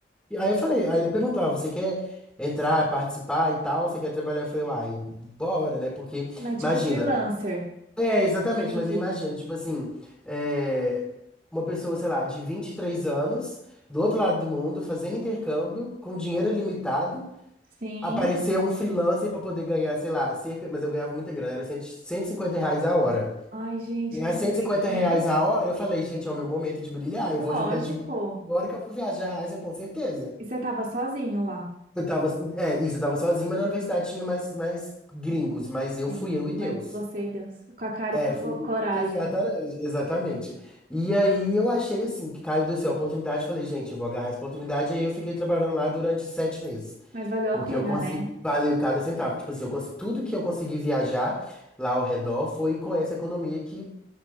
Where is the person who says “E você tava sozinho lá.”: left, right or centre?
Right